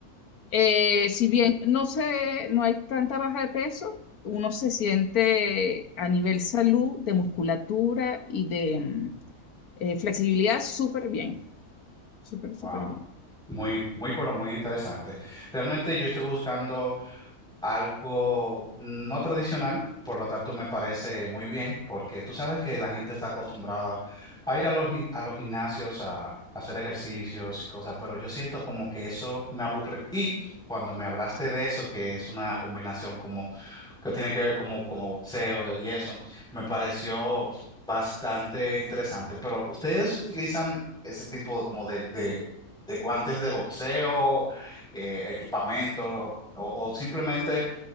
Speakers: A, on the left; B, in the centre.
A: Eh, si bien no sé, no hay tanta baja de peso, uno se siente a nivel salud, de musculatura y de mm, eh, flexibilidad súper bien, súper, súper
B: Wow,
A: bien.
B: muy, muy, pero muy interesante. Realmente yo estoy buscando algo no tradicional, por lo tanto me parece muy bien, porque tú sabes que la gente está acostumbrada a ir a los, gim- a los gimnasios a hacer ejercicios y cosas, pero yo siento como que eso me aburre. Y cuando me hablaste de eso, que es una combinación como que tiene que ver como, como boxeo y eso, me pareció bastante interesante. Pero ¿ustedes utilizan ese tipo como de, de, de guantes de boxeo, eh, equipamiento o o simplemente